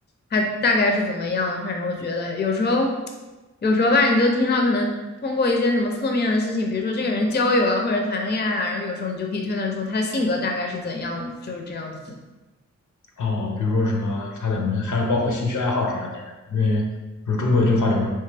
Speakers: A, on the left; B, on the left.
A: 他大概是怎么样的反正我觉得有时候，有时候吧，你就听到可能通过一些什么侧面的事情，比如说这个人交友啊，或者谈恋爱啊，然后有时候你就可以推断出他的性格大概是怎样的，就是这样子。
B: 哦，比如说什么他的门，还有包括兴趣爱好这样类的，因为不是中国一句话里面